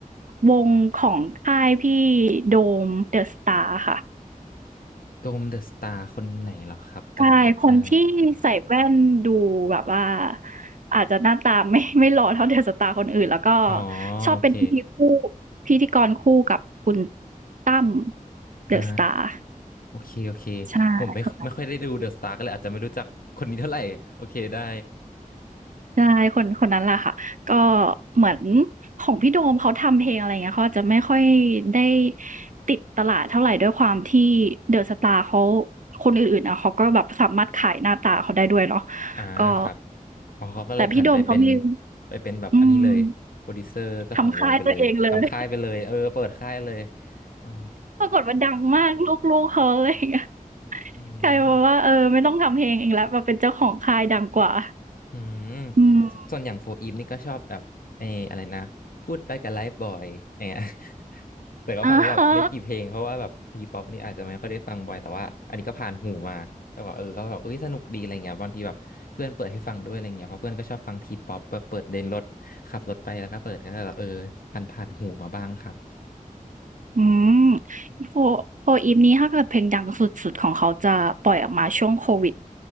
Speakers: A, on the right (about 60°); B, on the left (about 80°).
A: วงของค่ายพี่โดม The Star ค่ะ
B: โดมเดอะสตาร์คนไหนเหรอครับจำไม่ได้
A: ใช่คนที่ใส่แว่นดูแบบว่าอาจจะหน้าตาไม่ <laughs> ไม่หล่อเท่าเดอะสตาร์คนอื่นแล้วก็
B: อ๋อ
A: ชอบเป็นพิธีคู่
B: โอเค
A: พิธีกรคู่กับคุณตั้มเดอะสตาร์
B: อ่า โอเคโอเค
A: ใช่คนนั้น
B: ผมไม่ไม่ค่อยได้ดูเดอะสตาร์ก็เลยอาจจะไม่รู้จักคนนี้เท่าไหร่โอเคได้
A: ใช่คนคนนั้นแหละค่ะก็เหมือนของพี่โดมเขาทำเพลงอะไรอย่างเงี้ยเขาอาจจะไม่ค่อยได้ติดตลาดเท่าไรด้วยความที่เดอะสตาร์เขาคนอื่นๆอะเขาก็แบบสามารถขายหน้าตาเขาได้ด้วยเนาะ
B: อ่าครับ
A: ก็
B: อ๋อเขาก็เลยผันไปเป็น
A: แต่พี่โดมเขามี
B: ไปเป็นแบบอันนี้เลยโปรดิวเซอร์เจ้าของวงไปเลยทำค่ายไปเลยเออเปิดค่ายเลย
A: อืมทำค่ายตัวเองเลย
B: อ๋อ
A: <laughs> ปรากฏว่าดังมากลูกๆเขาอะไรอย่างเงี้ย
B: อืม
A: กลายเป็นว่าเออไม่ต้องทำเพลงเองแล้วมาเป็นเจ้าของค่ายดังกว่า
B: อืม
A: อืม <laughs>
B: สส่วนอย่างโฟอีฟนี่ก็ชอบแบบเอออะไรนะพูดไปกับไลฟ์บอยเนี่ย <laughs> แต่ก็ฟังแบบไม่กี่เพลงเพราะว่าแบบทีป๊อปนี่อาจจะไม่ค่อยได้ฟังบ่อยแต่ว่าอันนี้ก็ผ่านหูมาแล้วแบบเออก็แบบเอ้ยสนุกดีอะไรเงี้ยบางทีแบบเพื่อนเปิดให้ฟังด้วยอะไรเงี้ยเพราะเพื่อนก็ชอบฟังทีป๊อปเปิดเดินรถขับรถไปแล้วก็เปิดก็แบบเออผ่านผ่านหูมาบ้างครับ
A: อาฮะ อืมโฟโฟอีฟนี้ถ้าเกิดเพลงดังสุดๆของเขาจะปล่อยออกมาช่วงโควิด